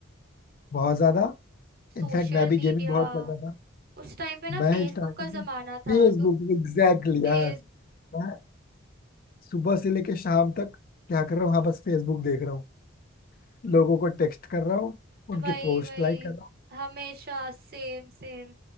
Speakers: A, on the left; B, on the right.
A: बहुत ज्यादा
B: Social
A: इनफैक्ट मैं भी
B: media
A: गेमिंग बहुत करता था
B: उस टाइम पे ना फेसबुक
A: मैं स्टार्टिंग
B: का जमाना
A: में
B: था
A: फेसबुक
B: तो
A: एग्जैक्टली
B: फेस
A: यार मैं सुबह से लेके शाम तक क्या कर रहा हूँ हाँ बस फेसबुक देख रहा हूँ लोगों को टेक्स्ट कर रहा हूँ उनकी
B: वही
A: पोस्ट
B: वही
A: लाइक कर रहा हूँ
B: हमेशा सेम सेम